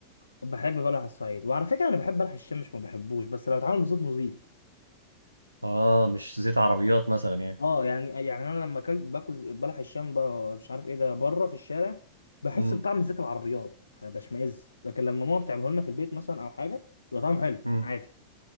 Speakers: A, on the left; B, on the right.
A: بحب بلح الصعيد وعلى فكره انا بحب بلح الشام مش ما بحبوش بس لو اتعمل بزيت نظيف
B: اه مش زيت عربيات مثلا يعني
A: اه يعني يعني انا لما اكلت باكل بلح الشام بقى مش عارف ايه ده بره في الشارع بحس
B: امم
A: بطعم زيت العربيات فبشمئز لكن لما ماما بتعمله لنا في البيت مثلا او حاجه بيبقى طعمه حلو
B: امم
A: عادي